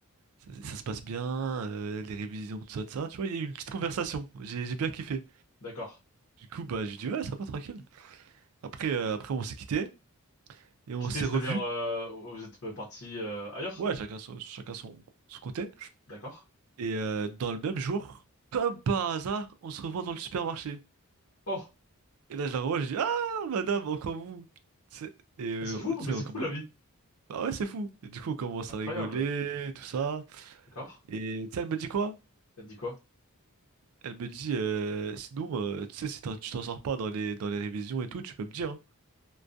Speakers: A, on the right; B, on the left.
A: ça, ça se passe bien? Euh, les révisions, tout ça, tout ça. Tu vois, il y a eu une petite conversation. J'ai j'ai bien kiffé.
B: D'accord.
A: Du coup, bah, je lui dis ouais, ça va, tranquille. Après, euh, après on s'est quitté et on
B: Quitter,
A: s'est
B: c'est-à-dire,
A: revus.
B: euh, vous êtes parti euh, ailleurs?
A: Ouais, chacun son, chacun son, son côté.
B: D'accord.
A: Et euh, dans le même jour, comme par hasard, on se revoit dans le supermarché.
B: Oh,
A: Et là, je la revois, je dis ah, madame, encore vous. Tu sais, Et euh,
B: Ah, c'est fou,
A: tu
B: mais
A: sais,
B: c'est
A: on commence.
B: fou la vie.
A: Bah ouais, c'est fou. Et du coup, on commence
B: Incroyable.
A: à rigoler, tout ça.
B: D'accord.
A: Et tu sais, elle me dit quoi?
B: T'as dit quoi?
A: Elle me dit, euh, sinon, euh, tu sais, si t'en- tu t'en sors pas dans les, dans les révisions et tout, tu peux me dire. hein.